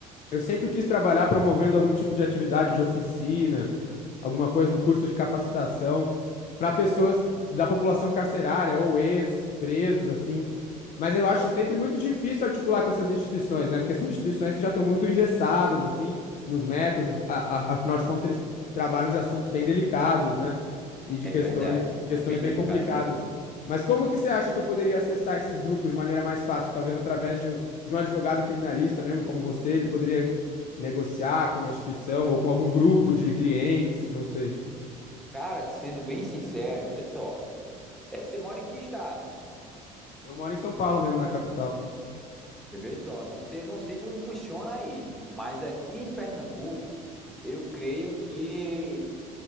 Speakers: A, on the left; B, in the centre.
A: eu sempre quis trabalhar promovendo algum tipo de atividade de oficina, alguma coisa, um curso de capacitação para pessoas da população carcerária ou ex-presos, assim. Mas eu acho sempre muito difícil articular com essas instituições, né? Porque são instituições que já estão muito engessadas, assim, nos métodos. A- a- afinal de contas, eles trabalham de assuntos bem delicados, né? E de
B: é
A: questões,
B: verdade,
A: questões
B: é bem
A: bem
B: delicado
A: complicadas.
B: mesmo.
A: Mas como que você acha que eu poderia acessar esses grupos de maneira mais fácil? Talvez através de um, de um advogado criminalista mesmo, como você, ele poderia negociar com uma instituição ou com algum grupo de clientes, não sei.
B: Cara, sendo bem sincero, vê só, é, você mora em que estado?
A: Eu moro em São Paulo mesmo, na capital.
B: E Vê só, não sei, eu não sei como funciona aí, mas aqui em Pernambuco, eu creio que